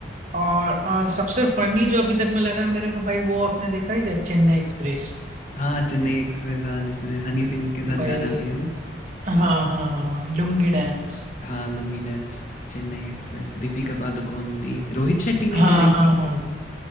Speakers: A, on the right (about 40°); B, on the left (about 40°).
A: और अ, सबसे फनी जो अभी तक में लगा मेरे को भाई वो आपने देखा है क्या चेन्नई एक्सप्रेस
B: हाँ चेन्नई एक्सप्रेस हाँ जिसमें हनी सिंह के साथ
A: भाई
B: गाना भी है ना
A: हाँ हाँ हाँ लुंगी डांस
B: हाँ लुंगी डांस चेन्नई एक्सप्रेस दीपिका पादुकोण भी रोहित शेट्टी ने
A: हाँ
B: डायरेक्ट
A: हाँ
B: की
A: हाँ
B: थी वो